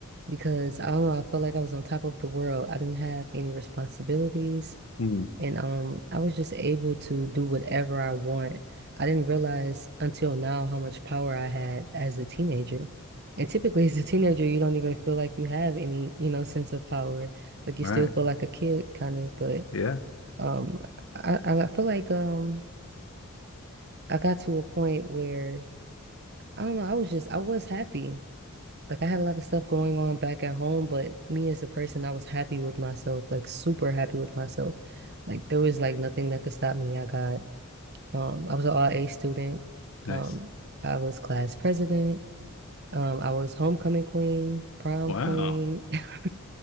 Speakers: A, on the right; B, on the left.
A: because I don't know, I felt like I was on top of the world. I didn't have any responsibilities.
B: Hmm.
A: And um, I was just able to do whatever I want. I didn't realize until now how much power I had as a teenager. And typically, as a teenager, you don't even feel like you have any, you know, sense of power. Like
B: Right.
A: you still feel like a kid, kind of. But
B: Yeah.
A: um, I I feel like um, I got to a point where I don't know. I was just I was happy. Like I had a lot of stuff going on back at home, but me as a person, I was happy with myself, like super happy with myself. Like there was like nothing that could stop me. I got Um, I was an RA student.
B: Nice.
A: Um, I was class president. Um, I was homecoming queen, prom
B: Wow.
A: queen. <laughs>